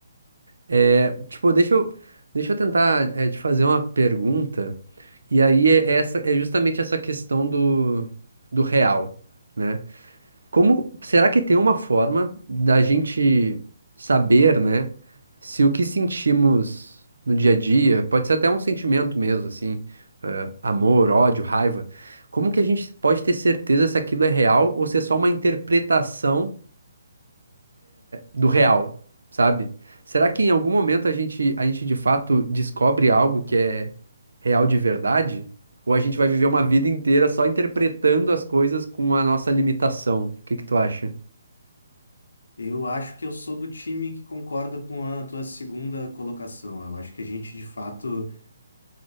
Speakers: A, on the right (about 85°); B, on the left (about 80°).
A: É, tipo, deixa eu, deixa eu tentar é, te fazer uma pergunta, e aí é, essa, é justamente essa questão do, do real. né? Como será que tem uma forma da gente saber, né, se o que sentimos no dia a dia, pode ser até um sentimento mesmo, assim, eh, amor, ódio, raiva, como que a gente pode ter certeza se aquilo é real ou se é só uma interpretação do real, sabe? Será que em algum momento a gente, a gente de fato descobre algo que é real de verdade? Ou a gente vai viver uma vida inteira só interpretando as coisas com a nossa limitação? O que que tu acha?
B: Eu acho que eu sou do time que concorda com a tua segunda colocação. Eu acho que a gente, de fato.